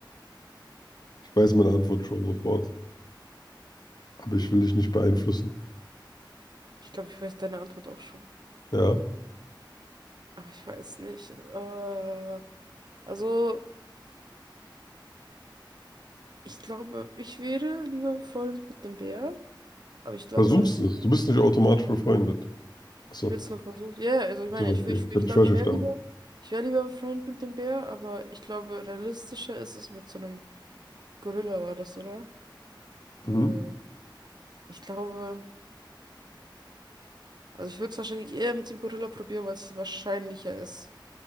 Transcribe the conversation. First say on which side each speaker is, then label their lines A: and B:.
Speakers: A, on the left (about 55°); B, on the right (about 55°).
A: Ich weiß meine Antwort schon sofort, aber ich will dich nicht beeinflussen.
B: Ich glaube, ich weiß deine Antwort auch schon.
A: Ja,
B: Aber ich weiß nicht. Äh, also, ich glaube, ich wäre lieber befreundet mit einem Bär. Aber ich glaube,
A: versuchst
B: es
A: es.
B: wäre,
A: Du bist nicht automatisch befreundet. Achso,
B: ich will es nur versuchen. Ja, also ich meine,
A: so, so,
B: ich,
A: okay.
B: wür- ich, wür-
A: Ich habe
B: ich
A: dich
B: glaube,
A: falsch
B: ich
A: verstanden.
B: wäre lieber, ich wäre lieber befreundet mit dem Bär, aber ich glaube, realistischer ist es mit so einem Gorilla, war das, oder?
A: Mhm.
B: Äh, ich glaube, also ich würde es wahrscheinlich eher mit dem Gorilla probieren, weil es wahrscheinlicher ist,